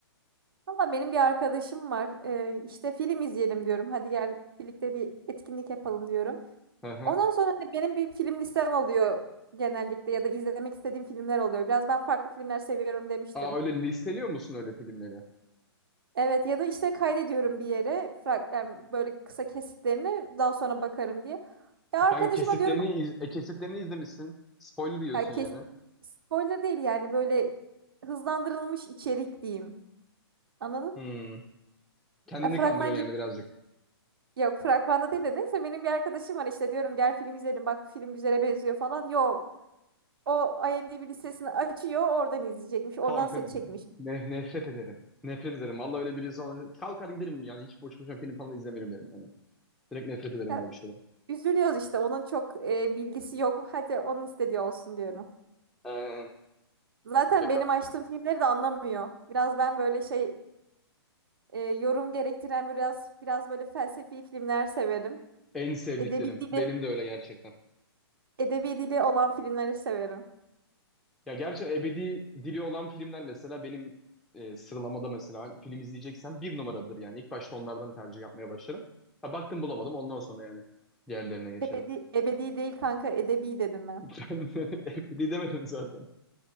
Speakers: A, on the right; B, in the centre.
A: Valla benim bir arkadaşım var. Ee, işte film izleyelim diyorum. Hadi gel birlikte bir etkinlik yapalım diyorum.
B: Hı hı.
A: Ondan sonra hani benim bir film listem oluyor genellikle ya da izlemek istediğim filmler oluyor. Biraz ben farklı filmler seviyorum demiştim.
B: Aa öyle listeliyor musun öyle filmleri?
A: Evet ya da işte kaydediyorum bir yere frak- yani böyle kısa kesitlerini daha sonra bakarım diye. Ya
B: E
A: arkadaşıma
B: kanka kesitlerini
A: diyorum bak
B: iz- e, kesitlerini izlemişsin. Spoiler yiyorsun
A: ya kesit
B: yani.
A: spoiler değil yani böyle hızlandırılmış içerik diyeyim. Anladın
B: Hmm. Kendini
A: Ya fragman
B: kandırıyorsun
A: gibi.
B: yani birazcık.
A: Yok fragmanda değil de neyse benim bir arkadaşım var işte diyorum gel film izleyelim bak bu film güzele benziyor falan. Yok. O IMDb listesini açıyor oradan izleyecekmiş oradan
B: Kanka
A: seçecekmiş.
B: ne- nefret ederim. Nefret ederim. Vallahi öyle biri sonra kalkar giderim yani hiç boş boşuna film falan izlemiyorum derim yani. Direkt nefret ederim
A: Ya
B: öyle bir şeyden.
A: üzülüyoruz işte onun çok e, bilgisi yok. Hadi onun istediği olsun diyorum.
B: Ee,
A: Zaten
B: deka-
A: benim açtığım filmleri de anlamıyor. Biraz ben böyle şey e, yorum gerektiren biraz biraz böyle felsefi filmler severim.
B: en sevdiklerim.
A: Edebi dili,
B: Benim de öyle gerçekten.
A: edebi dili olan filmleri severim.
B: Ya gerçi ebedi dili olan filmler mesela benim e, sıralamada mesela film izleyeceksem bir numaradır yani. İlk başta onlardan tercih yapmaya başlarım. Ha, baktım bulamadım ondan sonra yani diğerlerine geçerim.
A: Ebedi, ebedi değil kanka edebi dedim ben.
B: <laughs> Ben ebedi demedim zaten.